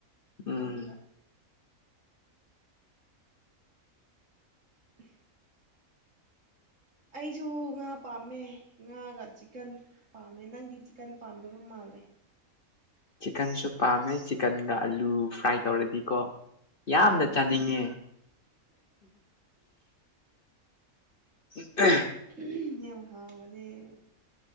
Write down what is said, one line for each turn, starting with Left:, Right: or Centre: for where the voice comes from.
Left: ꯎꯝ
Right: ꯍꯒ ꯑ ꯑꯩꯁꯨ ꯉꯥ ꯄꯥꯝꯃꯦ ꯉꯥꯒ ꯆꯤꯛꯀꯟ ꯄꯥꯝꯃꯦ ꯅꯪꯗꯤ ꯆꯤꯛꯀꯟ ꯄꯥꯝꯗꯣꯏꯕ ꯃꯥꯜꯂꯦ
Left: ꯆꯤꯛꯀꯟꯁꯨ ꯄꯥꯝꯃꯦ ꯆꯤꯛꯀꯟꯒ ꯑꯥꯂꯨ ꯐ꯭ꯔꯥꯏ ꯇꯧꯔꯗꯤꯀꯣ ꯌꯥꯝꯅ
Right: ꯑꯥꯎ
Left: ꯆꯥꯅꯤꯡꯉꯦ ꯎ
Right: ꯌꯦꯦꯝ ꯍꯥꯎ ꯃꯅꯦꯦ